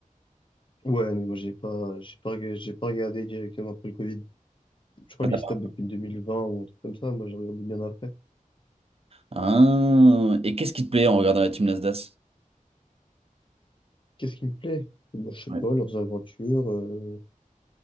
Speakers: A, on the left; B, on the right.
A: Ouais, mais moi, j'ai pas, j'ai pas, rega- j'ai pas regardé directement après le Covid. Je crois
B: <laughs>
A: lui, il se tape depuis 2020 ou un truc comme ça. Moi, j'ai regardé bien après.
B: Ah, et qu'est-ce qui te plaît en regardant la Team Nasdaq?
A: Qu'est-ce qui me plaît? Moi, je sais
B: Ouais.
A: pas, leurs aventures, euh,